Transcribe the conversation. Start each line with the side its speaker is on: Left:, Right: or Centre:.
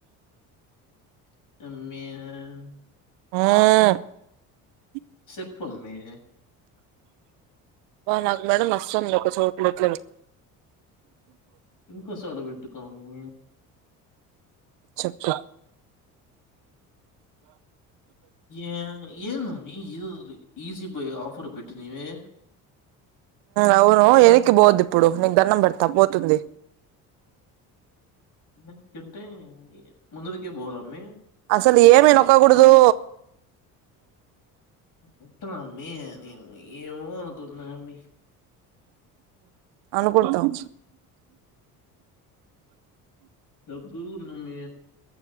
Left: <unintelligible>
Right: ఆ
Left: చెప్పు అమ్మి
Right: నాకు నడుం నొస్తుంది ఒక చోటు
Left: ఉప్పు సోడ పెట్టుకో అమ్ము
Right: చెప్పు
Left: ఏ ఏమ్ అమ్మి ఇ ఈజీ బై ఆఫర్ పెట్టి నవే
Right: అవును ఎదిక్కి పోద్దు ఇప్పుడు నీకు దండం పెడతా పోతుంది
Left: న చంటే ముందులాకీ పోవాలి అమ్మి
Right: అసలు ఏమి నొక్కకూడదు
Left: వస్తున్నాను అమ్మి నేను ఏమో అనుకున్నాను అమ్మి
Right: అనుకుంటావ్
Left: దగ్గుకుందమ్మీ